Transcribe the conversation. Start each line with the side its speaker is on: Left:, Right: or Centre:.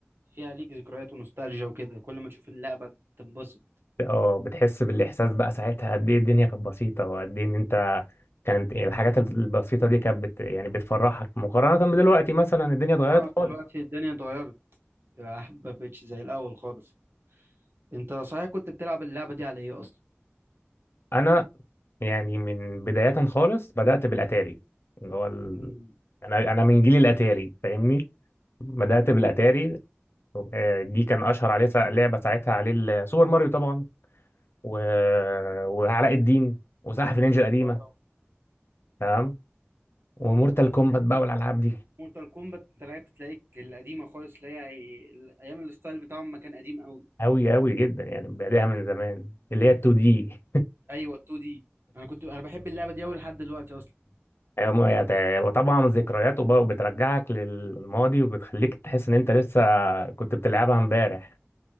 Right: فيها ليك ذكريات ونوستالجيا وكده كل ما تشوف اللعبة تنبسط
Left: اه بتحس بالاحساس بقى ساعتها قد ايه الدنيا كانت بسيطه وقد ايه ان انت كانت الحاجات البسيطه دي كانت بت يعني بتفرحك مقارنه بدلوقتي مثلا الدنيا اتغيرت
Right: اه
Left: خالص
Right: دلوقتي الدنيا اتغيرت الألعاب ما بقتش زي الأول خالص أنت صحيح كنت بتلعب اللعبة دي على إيه أصلا؟
Left: انا يعني من بداية خالص بدأت بالأتاري اللي هو ال...
Right: مم.
Left: أنا أنا من جيل الأتاري فاهمني بدأت بالأتاري آه، دي كان أشهر عليه سا- لعبة ساعتها عليه ال- سوبر ماريو طبعا و... وعلاء الدين وسلاحف النينجا القديمة
Right: اه طبعا
Left: تمام ومورتال كومبات بقى والألعاب دي
Right: مورتال كومبات أنت لعبت تلاقيك القديمة خالص اللي هي أيام الستايل بتاعهم ما كان قديم أوي
Left: أوي أوي جدا يعني بادئها من زمان اللي هي 2 دي
Right: أيوه 2 دي أنا كنت أنا بحب اللعبة دي أوي لحد دلوقتي أصلا
Left: أيوة، ما هي- وطبعا ذكريات وب- وبترجعك للماضي وبتخليك تحس إن أنت لسه كنت بتلعبها امبارح